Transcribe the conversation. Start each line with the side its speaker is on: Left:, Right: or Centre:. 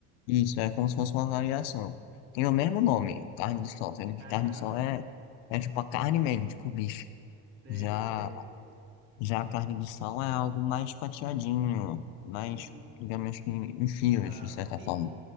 Left: Isso, é como se fosse uma variação. Tem o mesmo nome, carne de sol, sendo que
Right: Aham.
Left: carne de sol é, é tipo a carne mesmo, tipo bife.
Right: Sei,
Left: Já
Right: sei.
Left: Já a carne de sal é algo mais fatiadinho, mais,
Right: Uhum.
Left: digamos que em fios,
Right: Ah,
Left: de certa
Right: me,
Left: forma.